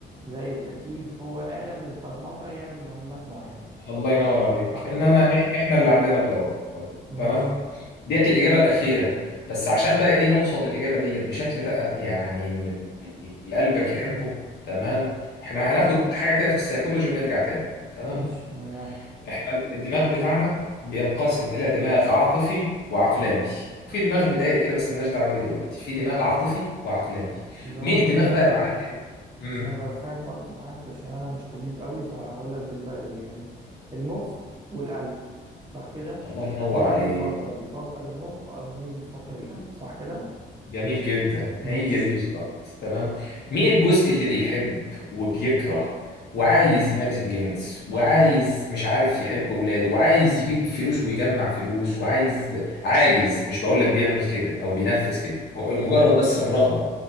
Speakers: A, on the right; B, on the left.
A: زي التكييف هو آلة متبرمجة يعمل مهمات معينة
B: الله ينور عليك
A: صح
B: انما
A: كده؟
B: إح- احنا اللي عندنا الاراده
A: ماشي
B: تمام ديت الاجابه الاخيره بس عشان بقى ايه نوصل للاجابه ديت بشكل بقى يعني من اللي قلبك يحبه تمام احنا هناخد حاجه كده في السيكولوجي ونرجع تاني تمام
A: ماشي أنا معاك
B: احنا الدماغ بتاعنا بينقسم الى دماغ عاطفي وعقلاني وفي دماغ بدائي كده بس ملناش دعوه بيه دلوقتي في دماغ عاطفي وعقلاني
A: اللي هو
B: مين الدماغ
A: بالبلدي
B: بقى يا معلم امم
A: عشان أبقى فاهم برضو معاك عشان أنا مش طبيب قوي فهقول لك بالبلدي يعني المخ والقلب صح كده؟
B: الله ينور
A: مين
B: عليك
A: بيفكر؟ بيفكر المخ أو مين بيفكر القلب صح كده؟
B: جميل جدا
A: ماشي
B: هي دي بالظبط تمام مين الجزء اللي بيحب وبيكره وعايز يمارس الجنس وعايز مش عارف يحب ولاده وعايز يجيب فلوس ويجمع فلوس وعايز عايز مش بقول لك بيعمل كده او بينفذ كده هو مجرد بس الرغبة